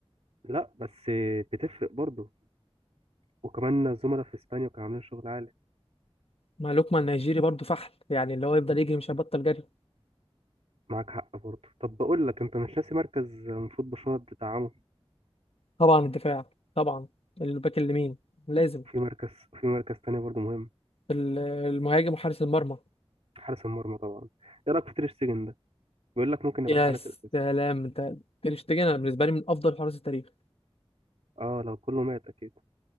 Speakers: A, on the right; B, on the left.
A: لا بس بتفرق برضه وكمان الزملاء في اسبانيا كانوا عاملين شغل عالي
B: ما لوكمان نيجيري برضو فحل يعني اللي هو يفضل يجري مش هيبطل جري
A: معاك حق برضه طب بقول لك انت مش ناسي مركز المفروض برشلونة تدعمه
B: طبعا الدفاع طبعا الباك اليمين لازم
A: في مركز في مركز تاني برضه مهم
B: ال- المهاجم وحارس المرمى
A: حارس المرمى طبعا ايه رايك في تير شتيجن ده بيقول لك ممكن يبقى
B: يا
A: الحارس الاساسي
B: سلام انت تير شتيجن انا بالنسبه لي من افضل حراس التاريخ
A: اه لو كله مات اكيد